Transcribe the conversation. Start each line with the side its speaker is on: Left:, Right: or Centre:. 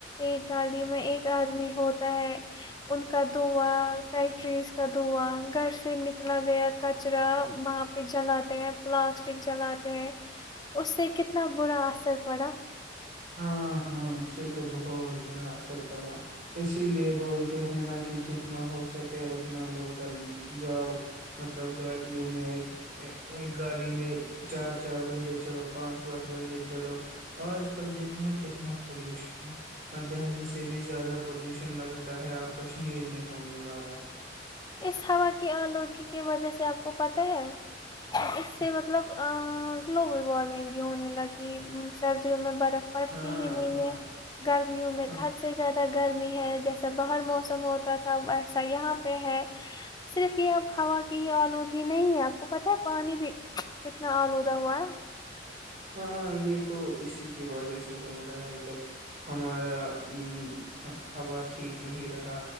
Left: ایک گاڑی میں ایک آدمی ہوتا ہے ان کا دوا فیکٹریز کا دھواں گھر سے نکلا گیا کچرا وہاں پہ جلاتے ہیں پلاسٹک جلاتے اس سے کتنا برا اثر پڑا
Right: ہاں ہاں اس سے تو بہت برا اثر پڑا اسی لیے بولتے ہیں نا کہ جتنا ہو سکے اتنا لوکل جاؤ مطلب گاڑیوں میں ایک گاڑی میں چار چار بندے چڑھو پانچ پانچ بندے چڑھو آج آج کل دیکھو نا کتنا پولوشن ہے ہ دہلی سے بھی زیادہ پولوشن لگتا ہے اب کشمیر میں ہونے والا ہے
Left: اس ہوا کی آلودگی کی وجہ سے آپ کو پت ہے اس سے مطلب گلوبل وارمنگ بھی ہونے لگی سر جی میں پڑتی
Right: ہاں
Left: ہی نہیں
Right: ہاں
Left: ہے گرمیوں میں
Right: ہاں
Left: کد سے زیادہ گرمی ہے جیسا باہر موسم ہوتا تھا ویسا یہاں پہ ہے صرف یہ اب ہوا کی آلودگی نہیں ہے آپ کو پت ہے پانی بھی کتنا آلودہ ہوا ہے
Right: ہاں یہ تو اسی کی وجہ سے ہو رہا ہے جب ہمارا ا ہوا ٹھیک نہیں رہا